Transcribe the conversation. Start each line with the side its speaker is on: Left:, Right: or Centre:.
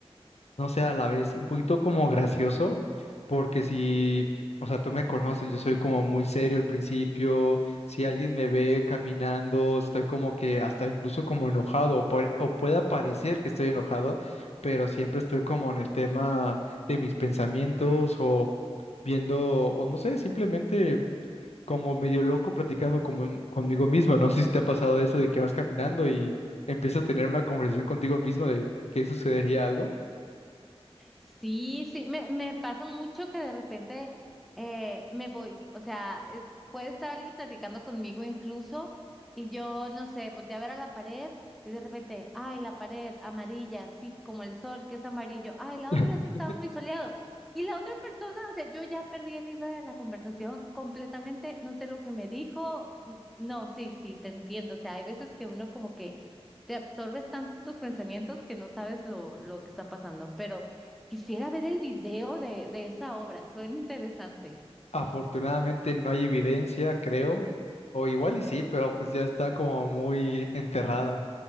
Left: no sé, a la vez un poquito como gracioso, porque si, o sea, tú me conoces, yo soy como muy serio al principio, si alguien me ve caminando, estoy como que hasta incluso como enojado, o, pare- o pueda parecer que estoy enojado, pero siempre estoy como en el tema de mis pensamientos o viendo, o no sé, simplemente como medio loco platicando como, conmigo mismo. No sé si te ha pasado eso de que vas caminando y empiezas a tener una conversación contigo mismo de qué sucedería algo.
Centre: Sí, sí, me, me pasa mucho que de repente eh, me voy, o sea, es- puede estar alguien platicando conmigo incluso y yo, no sé, volteé a ver a la pared y de repente, ay, la pared amarilla, sí, como el sol, que es amarillo, ay, la
Left: <laughs>
Centre: otra vez estaba muy soleado y la otra persona, o sea, yo ya perdí el hilo de la conversación completamente, no sé lo que me dijo, n- no, sí, sí, te entiendo, o sea, hay veces que uno como que te absorbes tanto en tus pensamientos que no sabes lo, lo que está pasando, pero... Quisiera ver el video de, de esa obra, suena interesante.
Left: Afortunadamente no hay evidencia, creo, o igual y sí, pero pues ya está como muy enterrada.